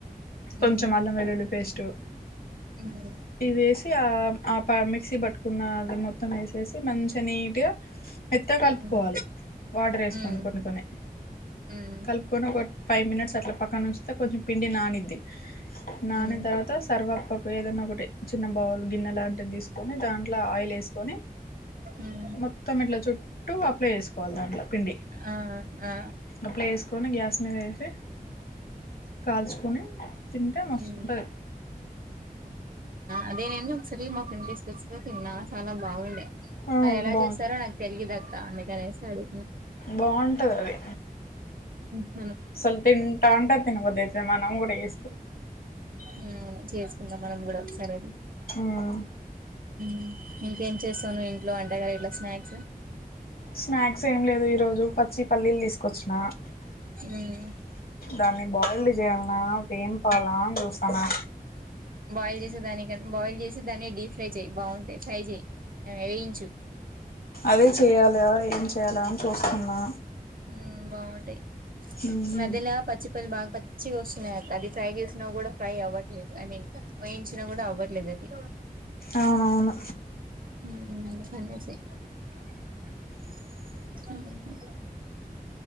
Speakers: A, on the right (about 65°); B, on the left (about 70°).
A: హ్మ్.
B: కొంచెం అల్లంవెల్లుల్లి పేస్టు
A: హ్మ్.
B: ఇవేసి ఆ ఆ మిక్సీ పట్టుకున్నది మొత్తం ఏసేసి మంచి నీట్గా మెత్త కల్పుకోవాలి
A: హ్మ్.
B: వాటర్ వేసుకొని
A: ఉమ్
B: కొన్ని కొన్ని
A: ఉమ్
B: కలుపుకొని ఒక ఫై మినిట్స్ అట్లా పక్కన ఉంచితే కొంచం పిండి నానిద్ది నానిన
A: ఉమ్
B: తర్వాత సర్వప్పకు ఏదనా ఒకటి చిన్న బౌల్ గిన్నె లాంటిది తీసుకొని దాంట్ల ఆయిల్ లెస్కొని
A: ఉమ్
B: మొత్తం ఇట్లా చుట్టూ అప్లై చేసుకోవాలి దాంట్ల పిండి
A: ఆ ఆ
B: అప్లై ఎస్ కొని గ్యాస్ మీద ఏసీ కాల్చుకొని తింటే మస్తుంటది
A: ఉమ్ అది నేను సిరి మో <unintelligible> తెస్మో తిన్నా చాలా బాగుండే
B: ఆ
A: అవి ఎలా
B: బాగుంటది
A: చేస్తారో నాకు తెలిదక్క అందుకనేసాడు
B: బౌంటది అది
A: మ్
B: అసల్ తింటా అంటే తినభూదైతది మనం కుడా ఎస్
A: హ్మ్ చేసుకుందాం మనం కూడా సరేనా
B: ఉమ్
A: మ్ ఇంకేం చేసావ్ నువ్ ఇంట్లో ఒంట కాయలు స్నాక్స్
B: స్నాక్స్ ఏం లేదు ఈరోజు పచ్చి పల్లీల్ తీసుకొచ్చిన
A: ఉమ్
B: దాన్ని బాయిల్డ్ చేయాల్నా వేంపాలా అని చూస్తానా
A: బాయిల్ చేసే దాని కన్ బాయిల్ చేసే దాన్ని డీప్ ఫ్రై చేయి బౌంటాయి ఫ్రై చేయి అ వెంచు
B: అదే చెయాలా ఏం చెయాలా అని చూస్తున్నా
A: హ్మ్ బాహుంటయి
B: ఉమ్
A: మధ్యలా పచ్చి పల్లి బాగా పచ్చి ఒసున్నాయి అది ఫ్రై చేసిన కూడా ఫ్రై అవట్లేద్ ఐ మీన్ వెంచిన కూడా అవ్వట్లేదు అది
B: అవునవును
A: హ్మ్ <inaudible> హ్మ్ హ్